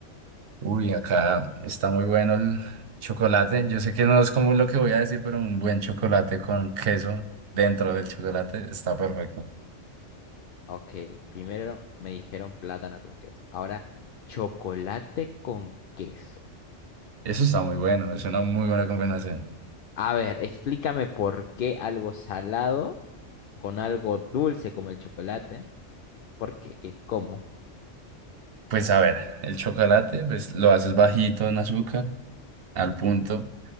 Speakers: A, on the right (about 55°); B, on the left (about 60°).
A: Uy, acá está muy bueno el chocolate. Yo sé que no es común lo que voy a decir, pero un buen chocolate con queso dentro del chocolate está perfecto.
B: Ok, primero me dijeron plátano con queso. Ahora, chocolate con queso.
A: Eso está muy bueno, es una muy buena combinación.
B: A ver, explícame por qué algo salado con algo dulce como el chocolate. ¿Por qué? ¿Qué? ¿Cómo?
A: Pues a ver, el chocolate, pues lo haces bajito en azúcar, al punto,